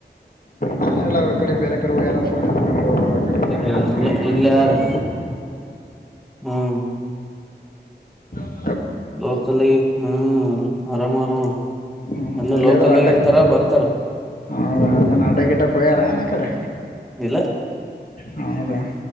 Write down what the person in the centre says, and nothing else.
ಹ ಇಲ್ಲ
ಇಲ್ಲಿ
ಯಾರು
ಹ್ಮ್
ಲೋಕಲಾಗಿ ಹ್ಮ್ ಆರಾಮಾರ ನೋಡ್ರಿ
ಎಲ್ಲ
ಲೋಕಲ್
ಆಗ ಇರ್ತಾರ ಬರ್ತಾರ
ಇಲ್ಲ